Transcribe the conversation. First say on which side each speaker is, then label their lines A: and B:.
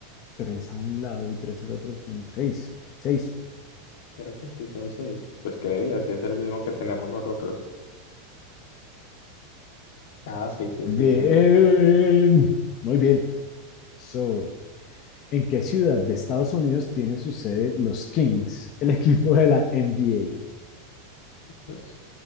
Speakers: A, on the left; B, on the left.
A: tres a un lado y tres al otro, son seis. Seis.
B: Creo que sí, son seis. Pues creería, si es el mismo que tenemos nosotros. Ah, sí, sí,
A: Bien.
B: sí, bien.
A: Muy bien. So, ¿En qué ciudad de Estados Unidos tiene su sede los Kings, el <laughs> equipo de la NBA?
B: Los-